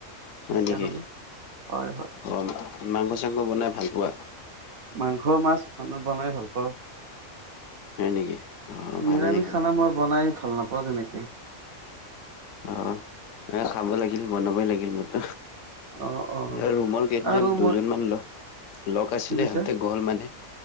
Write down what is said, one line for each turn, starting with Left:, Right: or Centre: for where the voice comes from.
Left: হয়
Right: ইচ্ছা
Left: নেকি
Right: গলে হয় হয়
Left: অঁ মাংস চাংস বনাই ভাল পোৱা
Right: মাংস মাছ বনাই ভাল পাওঁ
Left: হয় নেকি? অ' ভালে
Right: নিৰামিষ
Left: দেখোন।
Right: খানা মই বনাই ভাল নাপাওঁ তেনেকে
Left: অ এ খাব লাগিল বনাবই লাগিল মোৰত
Right: অ অ
Left: আৰু ৰুমৰ কেইজন
Right: আৰু
Left: দুজন
Right: মই
Left: মান লগ লগ আছিলে
Right: কি কৈছা
Left: সিহঁতে গ'ল মানে